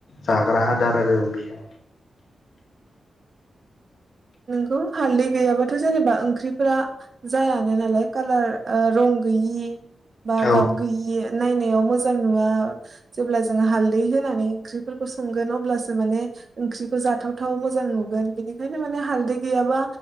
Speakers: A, on the left; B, on the right.
A: जाग्रा आदार आरो बियो।
B: नोंगौ हालदै गैयाबाथ' जेनेबा ओंख्रिफोरा जायानो नालाय कालार ओ रं गैयि बा
A: औ
B: गाब गोयि नायनायाव मोजां नुवा जेब्ला जोङो हालदै होनानै ओंख्रिफोरखौ संगोन अब्लासो माने ओंख्रिखौ जाथावथाव मोजां नुगोन बेनिखायनो माने हालदै गैयाबा